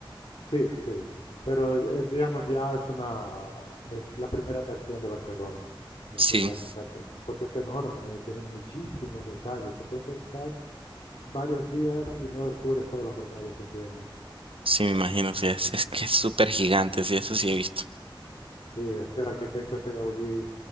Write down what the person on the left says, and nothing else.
sí, sí. Pero eh, digamos ya es una es la primera atracción de Barcelona. Es
de la- porque es enorme y tiene muchísimos detalles. Te puedes estar varios días y no descubres todos los detalles que tiene.
Sí, es que el arquitecto ese Gaudí